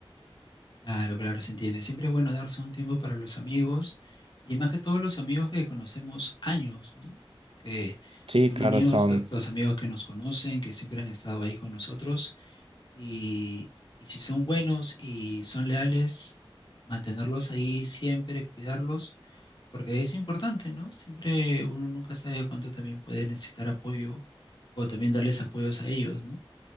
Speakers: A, on the left; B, on the right.
A: Claro, claro, se entiende. Siempre es bueno darse un tiempo para los amigos y más que todos los amigos que conocemos años, ¿no? Que
B: Sí,
A: son
B: claro,
A: amigos,
B: son,
A: lo- los amigos que nos conocen, que siempre han estado ahí con nosotros y, y si son buenos y son leales, mantenerlos ahí siempre, cuidarlos porque es importante, ¿no? Siempre uno nunca sabe cuánto también puede necesitar apoyo o también darles apoyos a ellos, ¿no?